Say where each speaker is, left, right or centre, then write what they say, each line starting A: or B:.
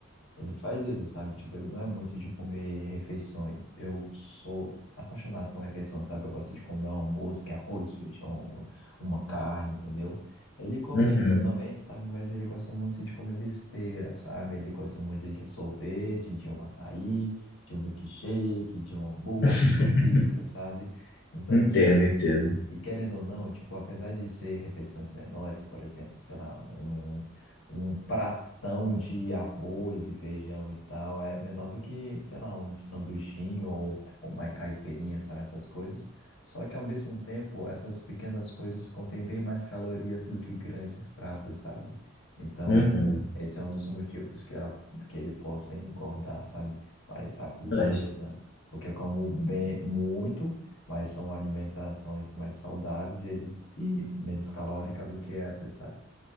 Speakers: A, on the left; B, on the left.
A: ele faz isso, sabe? Tipo, ele não é muito de comer refeições. Eu sou apaixonado por refeição, sabe? Eu gosto de comer um almoço, que é arroz, feijão, uma carne, entendeu? Ele come
B: Uhum.
A: isso também, sabe? Mas ele gosta muito de comer besteira, sabe? Ele gosta muito de um sorvete, de um açaí, de um milkshake, de um hambúrguer,
B: <laughs>
A: de uma pizza, sabe? Então,
B: Entendo,
A: tem
B: entendo.
A: e querendo ou não, tipo, apesar de ser refeições menores, por exemplo, sei lá, um, um pratão de arroz e feijão e tal, é menor do que, sei lá, um sanduichinho ou, ou uma caipirinha, sabe, essas coisas. Só que ao mesmo tempo, essas pequenas coisas contêm bem mais calorias do que grandes pratos, sabe? Então,
B: Uhum.
A: esse é um dos motivos que ela, que ele possa engordar, sabe? Mais rápido
B: Mas,
A: que eu, né? Porque eu como bem muito mas são alimentações mais saudáveis e, ele, e menos calórica do que essas, sabe?